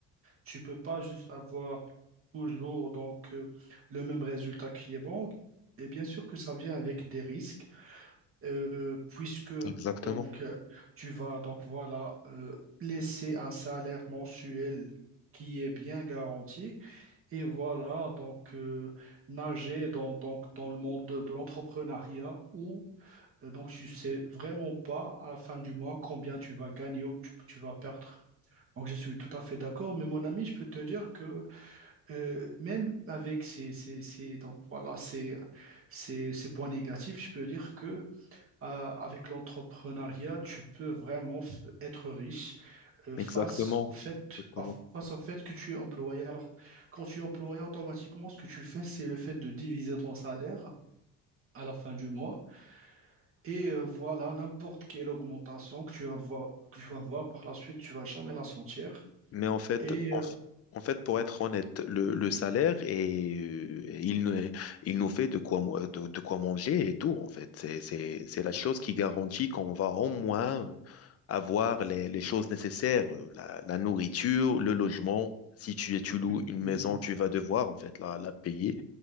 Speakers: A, on the right; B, on the left.
A: tu peux pas juste avoir toujours donc euh, le même résultat qui est bon. Et bien sûr que ça vient avec des risques, euh, puisque
B: Exactement,
A: donc euh, tu vas donc voilà euh, laisser un salaire mensuel qui est bien garanti et voilà, donc euh, nager dans, donc, dans le monde de, de l'entrepreneuriat où euh, donc tu sais vraiment pas à la fin du mois combien tu vas gagner ou tu, tu vas perdre. Donc je suis tout à fait d'accord, mais mon ami, je peux te dire que euh, même avec ces, ces, ces- donc, voilà, ces, ces, ces points négatifs, je peux dire que euh, avec l'entrepreneuriat, tu peux vraiment f- être riche euh,
B: Exactement.
A: face au fait,
B: exactement.
A: à- face au fait que tu es employé. Alors, quand tu es employé, automatiquement, ce que tu fais, c'est le fait de diviser ton salaire à la fin du mois. Et euh, voilà, n'importe quelle augmentation que tu vas voir, que tu vas voir par la suite, tu vas jamais la sentir.
B: Mais en fait,
A: Et
B: en,
A: euh,
B: en fait, pour être honnête, le, le salaire et il, nous- il nous fait de quoi, mo- de, de quoi manger et tout, en fait. C'est, c'est, c'est la chose qui garantit qu'on va au moins euh, avoir les, les choses nécessaires, euh, la, la nourriture, le logement. Si tu, tu loues
A: oui,
B: une maison,
A: oui, oui,
B: tu vas devoir, en fait, la, la payer.